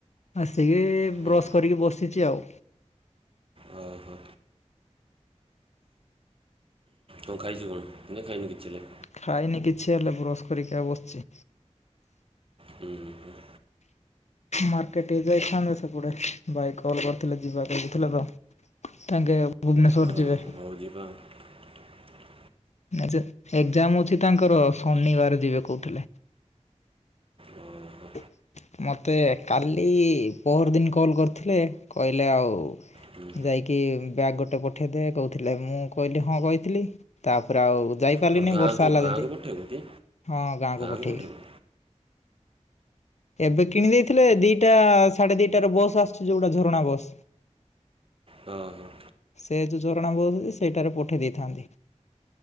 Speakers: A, on the left; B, on the right.
A: ଆସିକି
B: ହୁଁ
A: ବ୍ରସ୍ କରିକି ବସିଛି ଆଉ।
B: ଓହୋ କଣ ଖାଇଚୁ କଣ ନା ଖାଇନୁ କିଛି ହେଲେ?
A: ଖାଇନି କିଛି ହେଲେ ବ୍ରସ୍ କରିକି ବସିଛି।
B: ହୁଁ ହୁ।
A: ମାର୍କେଟ ଯାଇଥାନ୍ତତା ସେପଟେ ଭାଇ କଲ କରିଥିଲେ, ଯିବାକୁ ଲାଗିଥିଲେ ତ ତାଙ୍କେ ଭୁବନେଶ୍ୱଵର
B: ଓ
A: ଯିବେ
B: <inaudible>
A: ଆଛ ଏକ୍ଜାମ ଅଛି ତାଙ୍କର ଶନିବାର ଯିବେ କୋହୁଥିଲେ
B: ଓହୋ
A: <inaudible> ମତେ କାଲି ପହର ଦିନ କଲ କରିଥିଲେ କହିଲେ ଆଉ
B: ହୁଁ,
A: ଯାଇକି ବ୍ୟାଗ ଗୋଟେ ପଠେଇଦ କହୁଥିଲେ, ମୁଁ କହିଲି ହଁ କହିଥିଲି ତାପରେ ଆଉ ଯାଇପାରିଲିନି,
B: କ'ଣ ଗାଁକୁ
A: ବର୍ଷା ହେଲା
B: ଗାଁକୁ
A: ଯେମିତି
B: ପଠେଇବୁ କି
A: ହଁ ଗାଁକୁ
B: ଆଙ୍ଗୁଠି
A: ପଠେଇବି
B: ହଁ
A: ଏବେ କିଣି ଦେଇଥିଲେ ଦିଟା ସାଢେ ଦିଟ ର ବସ୍ ଆସିୁଛି ଯୋଉଟା ଝରଣା ବସ
B: ହଁ ହ।
A: ସେ ଯୋଉ ଝୋରଣା ବୋହୁଛି ସେଇଠାରେ ପଠେଇ ଦେଇଥାନ୍ତି।